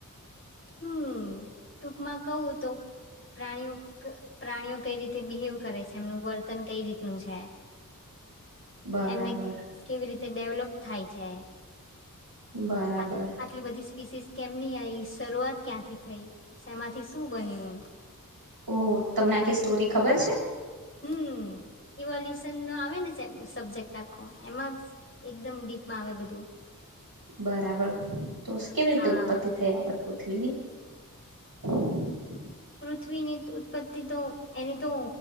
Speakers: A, on the left (about 35°); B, on the right (about 90°).
A: હમ ટૂકમાં કહુ તો પ્રાણીઓ પ્રાણીઓ કઈ રીતે બિહેવ કરે છે એમનું વર્તન કઈ રીતે છે
B: બરાબર
A: એમને કેવી રીતે ડેવલોપ થાય છે
B: બરાબર
A: આ આટલી બધી પીસીસ કેમની આ શરૂઆત ક્યાંથી થઈ શમાંથી શું બન્યું
B: ઓહ તમને કે સ્ટોરી ખબર છે
A: હમ ઇવોલ્યુશન નો આવે ને જે સબ્જેક્ટ રાખો એમાં એકદમ ડીપમાં આવે બધું
B: બરાબર તો કેવી રીતે
A: હા
B: ઉત્પત્તિ થઈ આપડે <inaudible>
A: પૃથ્વીની ઉત્પત્તિ તો એની તો